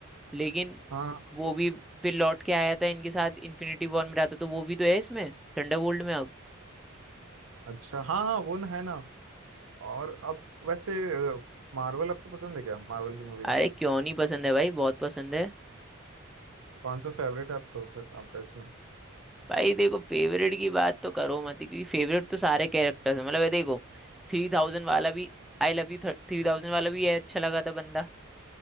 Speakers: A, in the centre; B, on the right.
A: लेकिन
B: हाँ
A: वो भी फिर लौट के आया था इनके साथ इन्फिनिटी वॉर में रहा था तो वो भी तो है इसमें थंडरबोल्ट में अब
B: अच्छा हाँ हाँ वो ना है ना और अब वैसे मार्वल आपको पसंद है क्या मार्वल की मूवीज
A: अरे क्यों नहीं पसंद है भाई बहुत पसंद है
B: कौन सा फेवरेट है आप तो फिर आपका इसमें
A: भाई देखो फेवरेट की बात तो करो मत ही, क्योंकि फेवरेट तो सारे कैरेक्टर्स हैं मतलब ये देखो थ्री थाउजेंड वाला भी आई लव यू थ्री थाउजेंड वाला भी है अच्छा लगा था बंदा